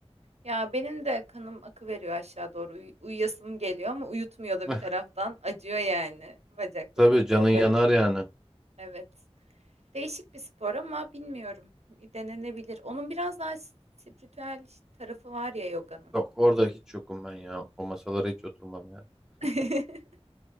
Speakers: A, on the right; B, in the centre.
A: Ya benim de kanım akı veriyor aşağı doğru. Uy- uyuyasım geliyor ama uyutmuyor da
B: <laughs>
A: bir taraftan. Acıyor yani bacaklarım,
B: Tabii
A: kollarım.
B: canın yanar yani.
A: Evet. Değişik bir spor ama bilmiyorum. Denenebilir. Onun biraz daha s- spiritüel tarafı var ya yoganın.
B: Yok orada hiç yokum ben ya. O masalara hiç oturmam yani.
A: <laughs>